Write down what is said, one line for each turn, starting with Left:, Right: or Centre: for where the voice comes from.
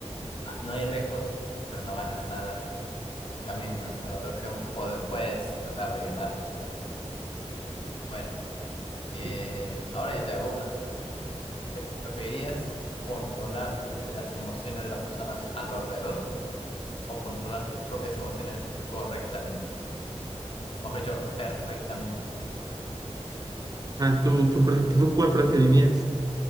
Left: ah, no hay riesgos, pero no ganas nada. En cambio, en la otra opción pod- puedes tratar de ganar mucho. Bueno,
Right: Sí.
Left: eh, ahora yo te hago una. ¿Qué- ¿Preferirías controlar las emociones de las personas a tu alrededor o controlar tus propias emociones correctamente? Mejor dicho, perfectamente.
Right: Ah, ¿tú, tú, pre- ¿tú cuál preferirías?